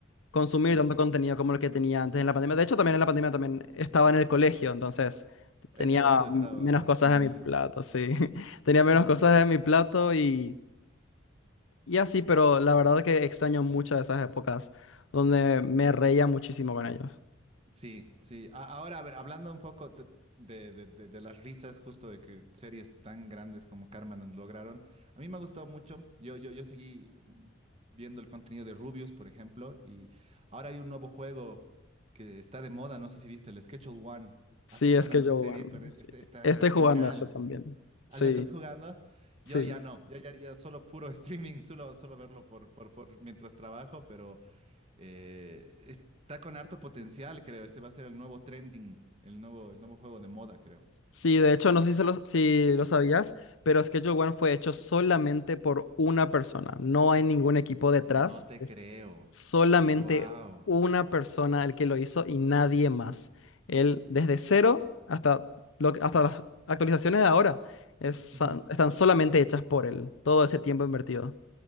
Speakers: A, on the left; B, on the right.
A: consumir
B: Sí.
A: tanto contenido como el que tenía antes en la pandemia. De hecho, también en la pandemia también estaba en el colegio, entonces tenía
B: eso, eso estaba
A: m- menos cosas
B: asumiendo.
A: en mi plato, sí. <laughs> Tenía menos
B: <laughs>
A: cosas en mi plato y y así, pero la verdad que extraño muchas de esas épocas donde me reía muchísimo con ellos.
B: Sí, sí. A- ahora, a ver, hablando un poco de, de- de- de- de las risas, justo de que series tan grandes como Carmen lograron, a mí me ha gustado mucho. Yo, yo, yo seguí mm, viendo el contenido de Rubius, por ejemplo, y ahora hay un nuevo juego que está de moda, no sé si viste, el Schedule One.
A: Sí,
B: Ha sacado
A: es
B: una
A: que yo,
B: serie
A: bueno,
B: con e-
A: sí.
B: este, está,
A: Estoy
B: está genial.
A: Ah, jugando a eso también.
B: Ah,
A: Sí,
B: ¿Lo estás jugando?
A: sí.
B: Yo ya no, ya, ya, ya solo puro <laughs> streaming, solo, solo verlo por, por, por mientras trabajo, eh, está con harto potencial, creo. Este va a ser el nuevo trending, el nuevo, el nuevo juego de moda, creo.
A: Sí, de hecho, no sé si, se lo, si lo sabías, pero Schedule One fue hecho solamente por una persona. No hay ningún equipo detrás.
B: No te
A: Es
B: creo.
A: solamente
B: Wow.
A: una persona el que lo hizo y nadie más. Él, desde cero hasta, lo, que- hasta las actualizaciones de ahora, es-
B: Ujú.
A: están solamente hechas por él. Todo ese tiempo invertido.